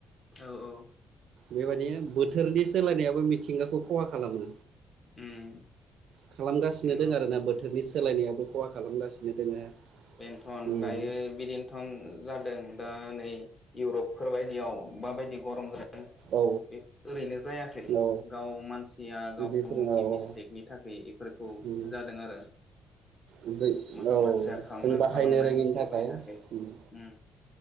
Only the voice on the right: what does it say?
बेबादिनो बोथोरनि सोलायनायाबो मिथिंगाखौ खहा खालामो
खालामगासिनो
दङ आरो ना बोथोरनि सोलायनायाबो
खहा खालामगासिनो दोङो
उम
औ
औ
औ बेफोर
औ
औ
उम
जों
औ
जों बाहायनो
रोङिनि
उम